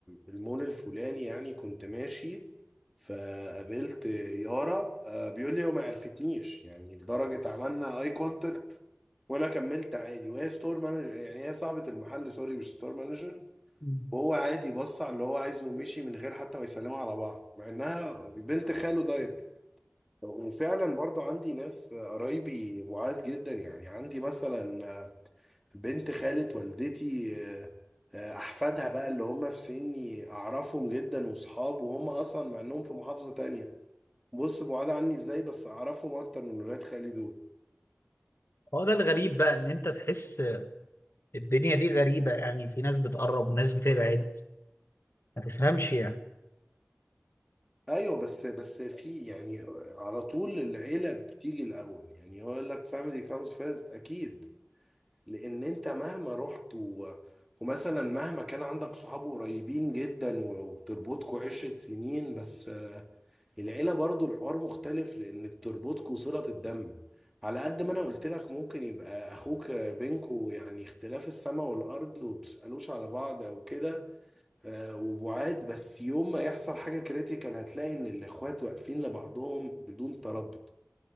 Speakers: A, in the centre; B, on the left.
A: المول الفلاني يعني كنت ماشي فقابلت يارا آه، بيقول لي هو ما عرفتنيش يعني لدرجة عملنا اي كونتاكت وانا كملت عادي وهي ستور مانجر يعني هي صاحبة المحل سوري مش ستور مانجر
B: مم.
A: وهو عادي بص على اللي هو عايزه ومشي من غير حتى ما يسلموا على بعض مع انها بنت خاله دايركت وفعلا برضو عندي ناس قرايبي بعاد جدا يعني عندي مثلا بنت خالة والدتي آه، آه، أحفادها بقى اللي هم في سني أعرفهم جدا وصحاب وهم أصلا مع إنهم في محافظة تانية بص بعاد عني إزاي بس أعرفهم أكتر من ولاد خالي دول
B: هو ده الغريب بقى ان انت تحس الدنيا دي غريبة يعني في ناس بتقرب وناس بتبعد ما تفهمش يعني
A: أيوة بس بس في يعني على طول العيلة بتيجي الأول يعني هو يقول لك family comes first أكيد لأن أنت مهما رحت و... ومثلا مهما كان عندك صحاب قريبين جدا وبتربطكوا عشرة سنين بس العيلة برضو الحوار مختلف لأن بتربطكوا صلة الدم على قد ما أنا قلت لك ممكن يبقى أخوك بينكوا يعني اختلاف السماء والأرض وبتسألوش على بعض أو كده آه، وبعاد بس يوم ما يحصل حاجة كريتيكال هتلاقي إن الإخوات واقفين لبعضهم بدون تردد